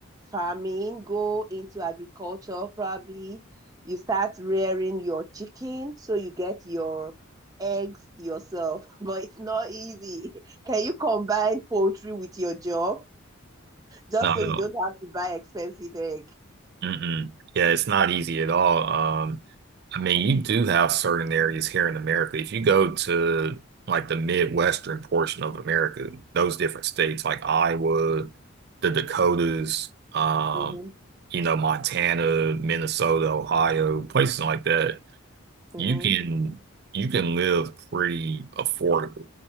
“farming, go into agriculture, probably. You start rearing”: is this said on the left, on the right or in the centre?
Right